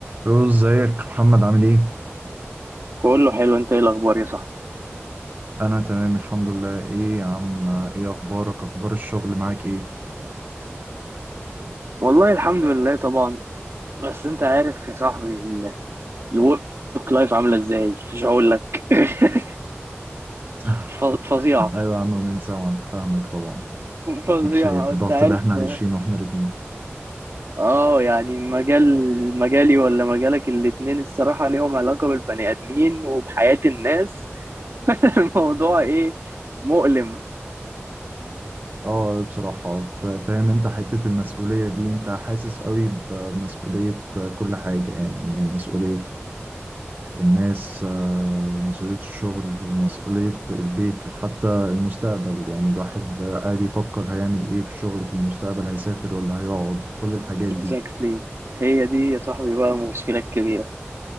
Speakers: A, on the right (about 45°); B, on the right (about 65°).
A: روز ازيك محمد عامل ايه؟
B: كله حلو انت ايه الاخبار يا صاحبي
A: انا تمام الحمد لله ايه يا عم ايه اخبارك اخبار الشغل معاك ايه؟
B: والله الحمد لله طبعا بس انت عارف يا صاحبي ال- الورك لايف عامله ازاي مش هقول لك <laughs>
A: <laughs>
B: ف- فظيعه
A: ايوه يا عم ومن سامعك فاهمك طبعا
B: فظيعه
A: اديك شايف الضغط
B: انت عارف
A: اللي احنا عايشينه احنا الاتنين
B: اه يعني مجال مجالي ولا مجالك الاتنين الصراحه ليهم علاقه بالبني ادمين وبحياه الناس <laughs> الموضوع ايه مؤلم
A: اه بصراحة ف- فاهم انت حتة المسؤولية دي انت حاسس قوي بمسؤولية كل حاجة يعني مسؤولية الناس آه، ومسؤولية الشغل ومسؤولية البيت وحتى المستقبل يعني الواحد آه، قاعد يفكر هيعمل ايه في الشغل في المستقبل هيسافر ولا هيقعد وكل الحاجات
B: exactly
A: دي
B: هي دي يا صاحبي بقى مشكله كبيره